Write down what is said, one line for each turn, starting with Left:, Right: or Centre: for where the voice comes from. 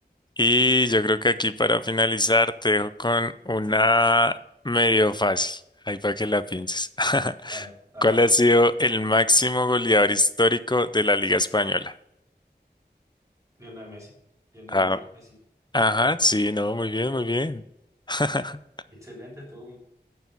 Left: Y yo creo que aquí para finalizar te dejo con una medio fácil, ahí para que la pienses. <laughs>
Right: Dale, dale,
Left: ¿Cuál
Right: dale.
Left: ha sido el máximo goleador histórico de la Liga Española?
Right: Lionel Messi, Lionel
Left: Ah,
Right: Andrés Messi.
Left: ajá, sí, no, muy bien, muy bien. <laughs>
Right: Excelente, estuvo